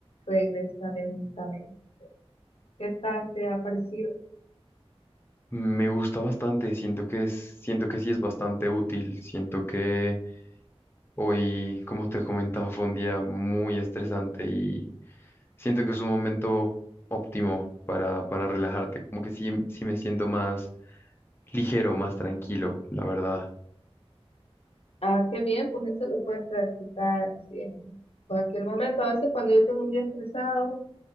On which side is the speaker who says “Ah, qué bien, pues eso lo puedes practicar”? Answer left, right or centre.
Left